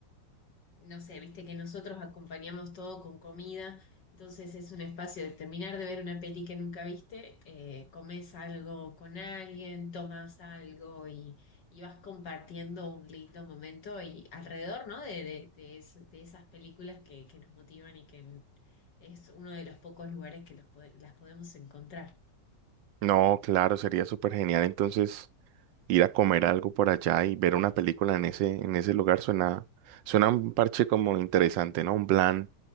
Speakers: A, on the left (about 75°); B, on the right (about 85°).
A: no sé, viste que nosotros acompañamos todo con comida, entonces es un espacio de terminar de ver una peli que nunca viste, eh, comes algo con alguien, tomas algo y, y vas compartiendo un lindo momento y alrededor, ¿no? De, de, de es- de esas películas que, que nos motivan y que es uno de los pocos lugares que los pode- las podemos encontrar.
B: No, claro, sería súper genial. Entonces. ir a comer algo por allá y ver una película en ese, en ese lugar suena, suena un parche como interesante, ¿no? Un plan